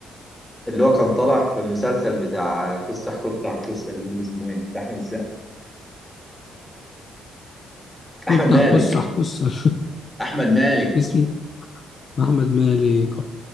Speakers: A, in the centre; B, on the left.
A: اللي هو كان طالع في المسلسل بتاع كسح كتح كسح دول اسمه ايه بتاع احمد السقا
B: كنت
A: احمد
B: هكس
A: مالك
B: هكس <laughs>
A: احمد مالك
B: اسمه احمد مالك